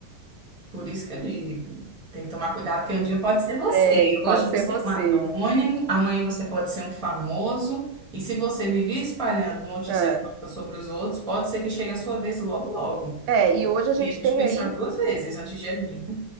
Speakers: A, in the centre; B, on the right (about 90°).
A: por isso que eu digo, tem que tomar cuidado, porque um dia pode ser você.
B: Tem, pode
A: Hoje
B: ser
A: você
B: você.
A: é um anônimo, amanhã você pode ser um famoso, e se você viver espalhando notícias
B: É.
A: falsas sobre os outros, pode ser que chegue a sua vez logo, logo.
B: É, e hoje
A: Enfim,
B: a gente
A: a gente
B: tem
A: pensar
B: aí,
A: duas vezes antes de agir, né?